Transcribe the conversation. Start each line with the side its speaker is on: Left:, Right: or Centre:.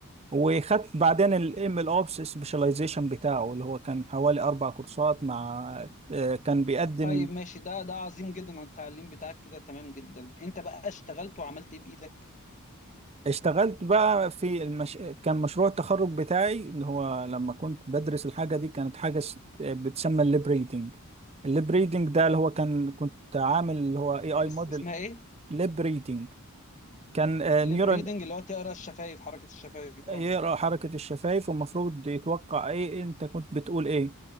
Right: وخدت بعدين الام ال اوبس سبيشاليزيشن بتاعه اللي هو كان حوالي اربع كورسات مع آه، كان بيقدم
Left: طيب ماشي ده ده عظيم جدا على التعليم بتاعك كده تمام جدا انت بقى اشتغلت وعملت ايه بايدك
Right: اشتغلت بقى في المش... كان مشروع التخرج بتاعي اللي هو لما كنت بدرس الحاجة دي كانت حاجة س- بتسمى الليب ريدنج الليب ريدنج ده اللي هو كان كنت عامل اللي هو اي اي
Left: اس-
Right: موديل
Left: اسمها ايه
Right: ليب ريدنج كان آه،
Left: ليب
Right: نيورال
Left: ريدنج اللي هو تقرا الشفايف حركة الشفايف
Right: يقرأ
Left: اه
Right: حركة الشفايف والمفروض يتوقع ايه انت كنت بتقول ايه